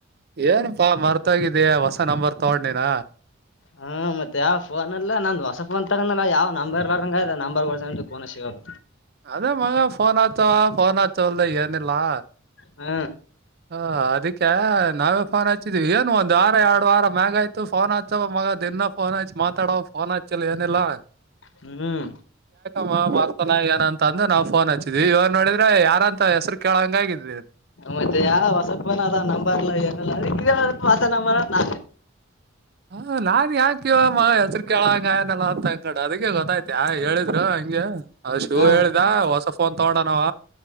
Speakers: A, on the right (about 50°); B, on the left (about 65°).
A: ಏನಪಾ ಮರ್ತೋಗಿದ್ಯಾ ಹೊಸ ನಂಬರ್ ತಗೊಂಡನಿನ
B: ಹ್ಮ್ ಮತ್ತೆ ಯಾವ ಫೋನ್ ಅಲ್ಲ ನಂದ್ ಹೊಸ ಪೋನ್ ತಗ ಯಾವ್ ನಂಬ ಇರಲಾರದು ನಂಬರ್ ಗಸ ಸಿಗಲ್ಲ
A: ಅದೇ ಮಗ ಪೋನ್ ಅಚ್ಚುವ ಪೋನ್ ಆತ ಅಚ್ಚವಲ್ಲಾ ಏನಿಲ್ಲಾ
B: ಹ
A: ಹ ಅದಕ್ಕೆ ನಾವೇ ಫೋನ್ ಹಚ್ಚಿದ್ವಿ ಏನ್ ಒಂದ್ ವಾರ ಎರಡು ವಾರ ಮ್ಯಾಗ ಆಯ್ತು ಫೋನ್ ಹಚ್ಚವ ಮಗ ದಿನ ಫೋನ್ ಹಚ್ಚಿ ಮಾತಾಡವ ಫೋನ್ ಹಚ್ಚಲ್ ಏನಿಲ್ಲಾ
B: ಹ್ಮ್
A: ಮ್ಮ ಬರ್ತಾನ ಏನ ಅಂತಂದಂದು ನಾವವು ಫೋನ್ ಹಚ್ಚಿದ್ವಿ ಇವಾಗ ನೋಡಿದ್ರೆ ಯಾರಂತ ಹೆಸರು ಕೇಳಂಗ ಆಗಿದ್ರಿ
B: ಮತ್ತೆ ಯಾವ ಹೊಸಪ ಅದ ನಂಬರ್ಲ್ಲ ಏನೆಲ್ಲ ಅಡ ಮಾಸ ನಂಬರ್ ನಾ
A: ಹ ನಾನ್ ಯಾಕ ಇವ ಹೆಸರು ಕೆೇಳಂಗನೆಲ್ಲ ಅಂತ ಕಡೆ ಅದಕ್ಕೆ ಗೊತ್ತಾಯ್ತು ಯ ಹೇಳಿದ್ರ ಹಂಗೆ ಅ ಶಿವ
B: ಹಾ
A: ಹೇಳಿದ ಹೊಸ ಫೋನ್ ತಗೊಂಡನಾವ